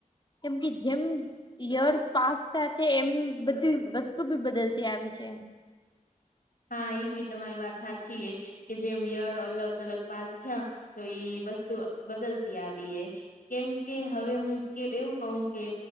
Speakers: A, on the left; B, on the left.
A: કેમ કે જેમ યર્સ પાસ થયા છે એમ બધી વસ્તુ બી બદલતી આવી છે.
B: હા એ ભી તમારી વાત સાચી છે કે જેમ યર અલગ અલગ પાસ થયા તો ઈ વસ્તુ બદલતી આવી છે. કેમ કે હવે હું એવું કહું કે